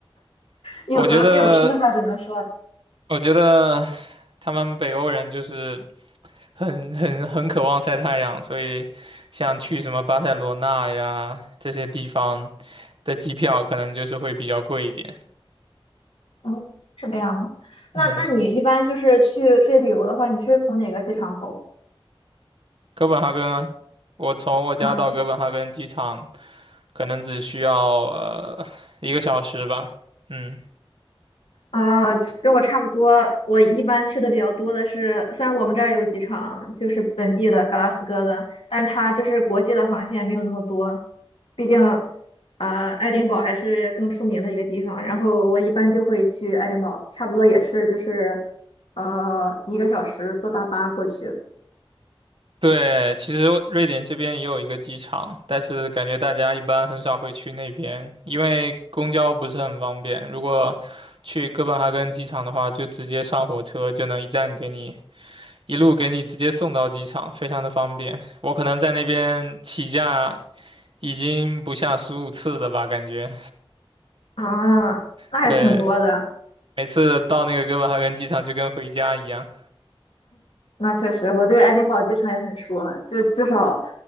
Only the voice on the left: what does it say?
有得必有失吧，
只能说，
嗯，是这样吗？
那那你一般就是去出去旅游的话，你是从哪个机场走？
嗯
啊，跟我差不多。我一般去的比较多的是，虽然我们这儿有机场，就是本地的格拉斯哥的，但是它就是国际的航线没有那么多。毕竟，呃，爱丁堡还是更出名的一个地方。然后我一般就会去爱丁堡，差不多也是就是，呃，一个小时坐大巴过去。
啊，那还挺多的。
那确实，我对爱丁堡机场也很熟了，就至少